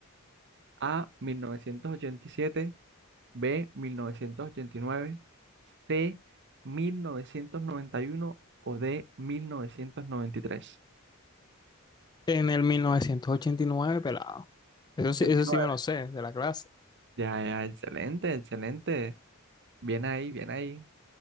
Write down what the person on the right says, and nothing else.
A, mil novecientos ochenta y siete, B, mil novecientos ochenta y nueve, C, 1991 o D, 1993.
89.
Ya, ya, excelente, excelente. Bien ahí, bien ahí.